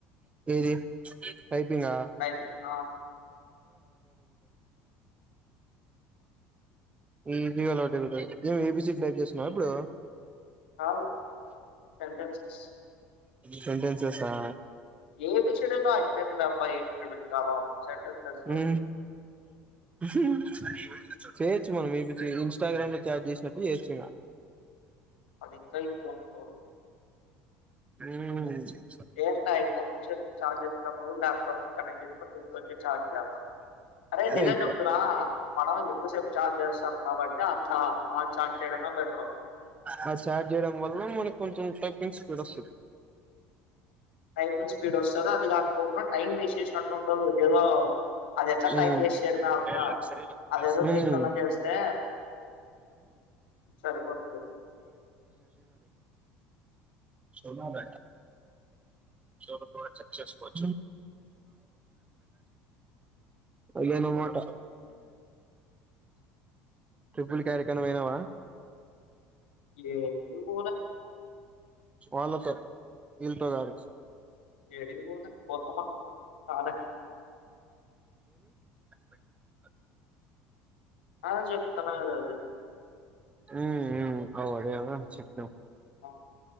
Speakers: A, on the right; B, on the left.
A: ఏది టైపింగ్ ఆ
B: టైపింగ్ ఆ,
A: ఈ రివల్ హోటల్ మేము ఏబీసీకి టైప్ చేస్తున్నాం ఇప్పుడు
B: హ సెంటన్స్ సేస్
A: సెంటెన్సెస్ ఆ
B: ఏది చెడుల యి చేతులపై ఏడులు కాలం సెంటెన్సెస్
A: ఉ ఉమ్ చేయచ్చు మమ్మి ఇన్స్టాగ్రామ్ లో చాట్ చేసినప్పుడు చేయొచ్చు ఇక
B: అది క్రంచ్ అప్పో
A: అ ఉ
B: ఏం లే ఇప్పుడు నుంచి చార్జ్ చేసినప్పుడు ల్యాప్టాప్ కనెక్ట్ చేసుకొని దీంట్లో నుంచి చార్జ్ చేయాలా అరే నిజం
A: అయి
B: చెప్తున్నా మనం ఎక్కువసేపు చార్జ్ చేస్తాం కాబట్టి ఆ చా- ఆ చార్జ్ చేయడమే బెటర్
A: ఆ స్టార్ట్ చేయడం వల్ల మన క్ కింగ్ గే పీస్ ఎడక్కు
B: టైపింగ్ స్పీడ్ వస్తదో అది కాకపోకుండా టైం వేస్ట్ చేసినట్టు ఉండదు ఏదో అది ఎట్లా
A: ఉ ఉ
B: టైం వేస్ట్ చేయడమే
A: ఊ
B: అంతా
A: వేదోమరి
B: అదేదో దీంట్లోనే చేస్తే సరిపోతది
A: సన్నాద కోవ లేనమాట ట్రిపుల్ కార్యక్రమం అయినావా
B: ఏడికి పోలే
A: వాళ్ళతో ఇల్ తో గాద్ అస్
B: ఏడికి పోవలన్నా మ కాదా
A: అస్
B: అదే చెప్తున్నా కదా అది
A: ఉ అవు అదే కదా చెప్తాం
B: ఆ!